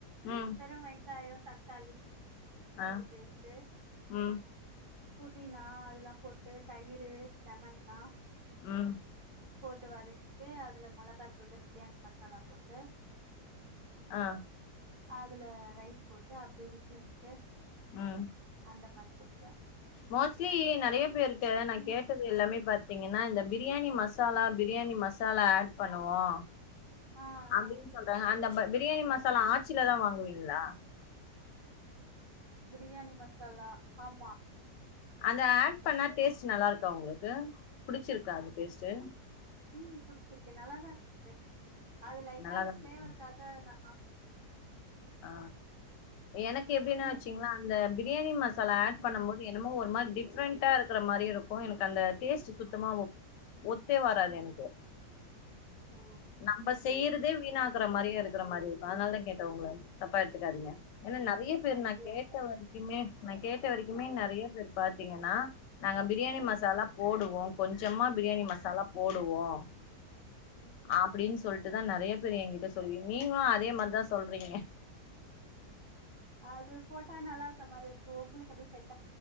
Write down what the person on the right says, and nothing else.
வெறு வெங்காயோ தக்காளி பூண்டு
பேஸ்டு
புதினா அதெல்லா போட்டு தயிரு லெமன்லா
போட்டு வதக் விட்டு அதுல மொளகாத்தூளு பிரியாணி மசாலா போட்டு
அதுல ரைஸ் போட்டு அப்டி விசில் விட்டு
அந்த மாரி கொடுப்ப
ம்
ஆ
ஆ
பிரியாணி மசாலா ஆமா
ம் ம் புடிச்சிருக்கு நல்லாதா இருக்கு அது லைட்டா
அந்த ஃபிளேவருக்காக
ந
நீங்க
ம்
ஆ
ம்
ஓ
இ-
இல்ல
இல்ல
ஆ
ம்
ம்
அது போட்டா நல்லா இருக்க மாரி இருக்கு உங்களுக்கு அது செட்